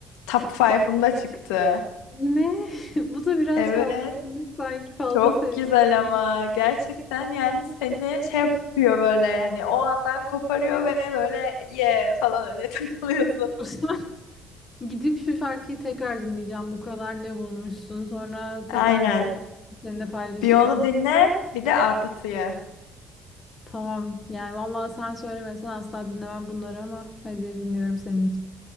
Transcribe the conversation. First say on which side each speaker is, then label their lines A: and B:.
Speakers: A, on the left; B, on the left.
A: Top 5'ımda çıktı.
B: Ne? <laughs> Bu da biraz
A: Evet.
B: fazla olmuş. Sanki fazla
A: Çok
B: sevmişsin.
A: güzel ama gerçekten yani seni şey yapıyor böyle yani o andan koparıyor ve böyle ye falan öyle <laughs> takılıyorsun.
B: <laughs> Gidip şu şarkıyı tekrar dinleyeceğim. Bu kadar ne bulmuşsun? Sonra
A: Aynen.
B: tekrar düşünüp seninle paylaşacağım.
A: Bir onu dinle bir de Apıtı'yı.
B: Tamam. Yani vallahi sen söylemesen asla dinlemem bunları ama hadi dinliyorum senin için.